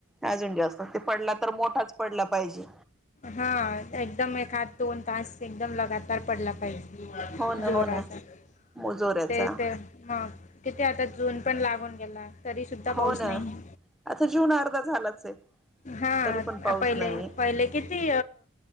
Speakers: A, in the centre; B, on the left.
A: अजून जास्त होतंय, पडला तर मोठाच पडला पाहिजे.
B: हा, एकदम एखाद दोन -तास एकदम लगातार पडला पाहिजे.
A: हो ना
B: जोराचा.
A: हो ना मुजोऱ्याचा
B: ते, ते हा तिथे आता जून पण लागून गेला. तरी सुद्धा पाऊस
A: हो ना
B: नाही.
A: आता जून अर्धा झालाच आहे
B: हा
A: तरी पण पाऊस
B: पहिले,
A: नाही
B: पहिले की ती